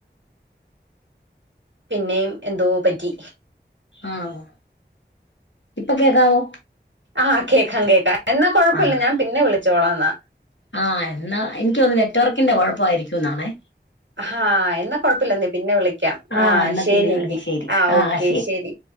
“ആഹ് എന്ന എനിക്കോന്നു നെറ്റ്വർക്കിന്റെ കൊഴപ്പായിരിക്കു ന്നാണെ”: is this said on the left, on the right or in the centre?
Left